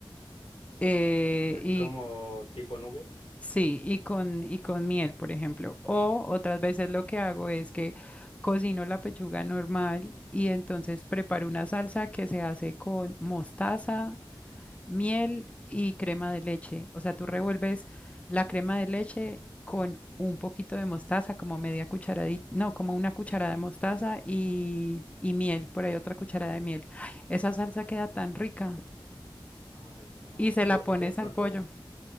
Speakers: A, on the left; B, on the left.
A: eh,
B: <laughs> así como tipo nuggets.
A: Sí, y con, y con miel, por ejemplo. O otras veces lo que hago
B: Mm.
A: es que cocino la pechuga normal y entonces preparo una salsa que se hace con mostaza, miel y crema de leche. O sea, tú revuelves la crema de leche con un poquito de mostaza, como media cucharadita, no, como una cucharada de mostaza y, y miel, por ahí otra cucharada de miel. ¡Ay! esa salsa queda tan rica.
B: Ay, no,
A: Y se
B: eso,
A: la pones
B: eso de pronto...
A: al pollo.